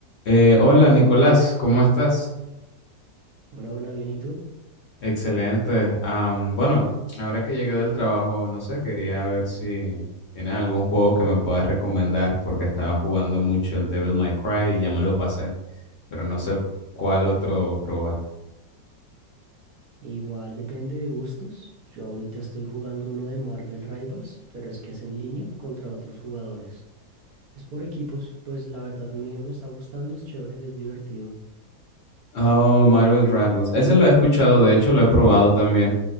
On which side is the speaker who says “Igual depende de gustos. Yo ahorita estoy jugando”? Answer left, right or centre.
Right